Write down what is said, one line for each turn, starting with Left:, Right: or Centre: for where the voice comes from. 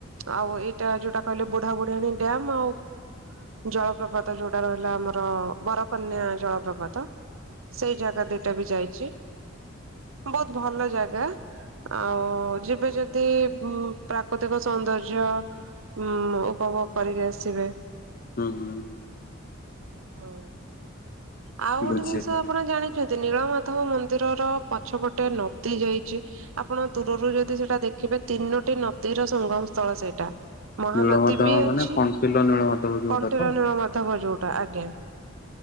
Right: ଆଉ ଏଇଟା ଯୋଉଟା କହିଲେ ବୁଢା ବୁଢାଣୀ ଡ୍ୟାମ ଆଉ ଜଳପ୍ରପାତ ଯୋଉଟା ରହିଲା ଆମର ବରକନ୍ୟା ଜଳପ୍ରପାତ ସେଇ ଜାଗା ଦିଟା ବି ଯାଇଚି ବହୁତ୍ ଭଲ ଜାଗା। ଆଉ ଯିବେ ଯଦି ଉ ପ୍ରାକୃତିକ ସୌନ୍ଦର୍ଯ୍ୟ ଉଁ ଉପଭୋଗ କରିକି ଆସିବେ।
Left: ହୁଁ ହୁଁ।
Right: ହଁ। ଆଉ ଗୋଟେ
Left: ବୁଝିଲି
Right: ଜିନିଷ ଆପଣ ଜାଣିଚନ୍ତି ନୀଳମାଧବ ମନ୍ଦିରର ପଛପଟେ ନଦି ଯାଇଚି ଆପଣ ଦୂରରୁ ଯଦି ସେଇଟା ଦେଖିବେ ତିନୋଟି ନଦୀର ସଙ୍ଗମ ସ୍ଥଳ ସେଇଟା। ମହାନଦୀ
Left: ନୀଳମାଧବ
Right: ବି
Left: ମାନେ
Right: ଅଛି
Left: କଣ୍ଟିଲ ନୀଳମାଧବ ଯୋଉଟା
Right: କଣ୍ଟେରନୀର
Left: ତ
Right: ନୀଳମଧବ ଯୋଉଟା ଆଜ୍ଞା।